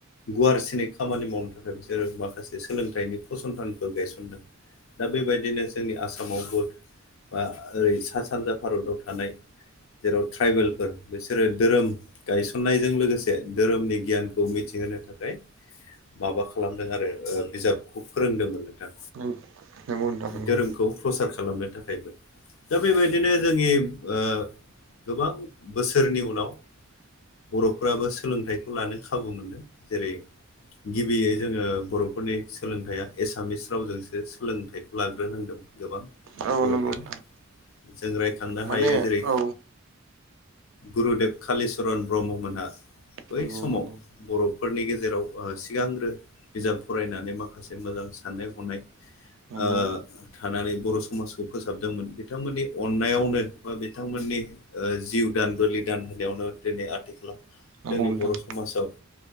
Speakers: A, on the left; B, on the right.
A: गुवारसिनै खामानि मावनो थाखाय बिसोरो माखासे सोलोंथाइनि फसंथानफोर गायसनदों। दा बेबायदिनो जोंनि आसामावबो। बा ओरै सा सानजा भारताव थानाय। जेराव ट्राइबेलफोर बिसोरो धोरोम गायसननायजों लोगोसे धोरोमनि गियान। खौ मिथिहोनो थाखाय माबा खालामदों आरो ओ बिजाबखौ फोरोंदोंमोन। नोंथां
B: नंगौ नोंथां नंगौ
A: धोरोमखौ प्रसार खालामनो थाखायबो। दा बेबायदिनो जोंनि ओ गोबां बोसोरनि उनाव। बर'फ्राबो सोलोंथाइखौ लानो खाबु मोनदों जेरै। गिबियै जोङो बर'फोरनि सोलोंथाइया एसामिस। रावजोंसो सोलोंथाइखौ लाग्रोनांदों गोबां
B: औ
A: बर'फोरा
B: नंगौ नोंथां
A: जों राय। थांनो
B: माने
A: हायो जेरै
B: औ
A: गुरुदेब कालिसरण ब्रह्म मोना। बै
B: नंगौ
A: समाव।
B: नंगौ
A: बर'फोरनि गेजेराव सिगांग्रो बिजाब फरायनानै माखासे मोजां साननाय। हनाय ओ।
B: नंगौ
A: थानानै बर' समाजखौ फोसाबदोंमोन बिथांमोननि अननायावनो बा बिथांमोननि। ओ जिउ दान बोलि दान होनायावनो दिनै आथिखालाव
B: नंगौ
A: जोंनि
B: नोंथां
A: बर' समाजाव।